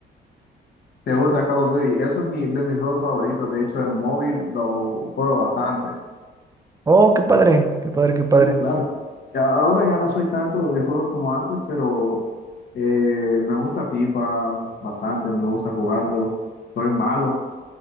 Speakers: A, on the left (about 55°); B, on the right (about 15°).
A: Te gusta Call of Duty. Eso es mi, de mis juegos favoritos. De hecho, el móvil lo juego bastante.
B: Oh, qué padre, qué padre, qué padre.
A: Sí, claro. Ya Ahora ya no soy tanto de juegos como antes, pero eh, me gusta FIFA bastante, me gusta jugarlo. Soy malo,